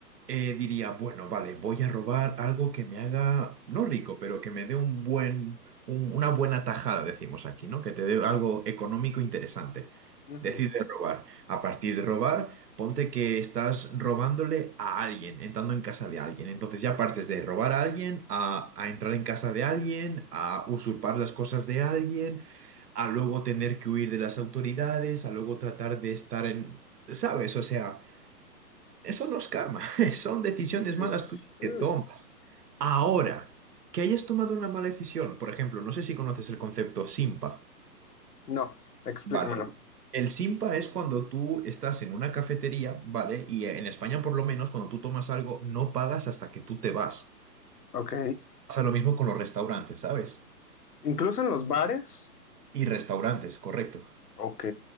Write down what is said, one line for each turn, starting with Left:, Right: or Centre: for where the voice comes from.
Right: eh, diría, bueno, vale, voy a robar algo que me haga, no rico, pero que me dé un buen, un- una buena tajada, decimos aquí, ¿no? Que te dé algo económico interesante.
Left: Ujú.
Right: Decide robar. A partir de robar, ponte que estás robándole a alguien, entrando en casa de alguien. Entonces ya partes de robar a alguien, a, a entrar en casa de alguien, a usurpar las cosas de alguien, a luego tener que huir de las autoridades, a luego tratar de estar en... ¿Sabes? O sea... Eso no es karma, <laughs> son decisiones
Left: Es...
Right: malas tuyas
Left: uh,
Right: que tomas. Ahora, que hayas tomado una mala decisión, por ejemplo, no sé si conoces el concepto Simpa.
Left: No, explícamelo.
Right: Vale. El Simpa es cuando tú estás en una cafetería, ¿vale? Y en España, por lo menos, cuando tú tomas algo, no pagas hasta que tú te vas.
Left: Ok.
Right: Pasa lo mismo con los restaurantes, ¿sabes?
Left: Incluso en los bares.
Right: Y restaurantes, correcto.
Left: Ok.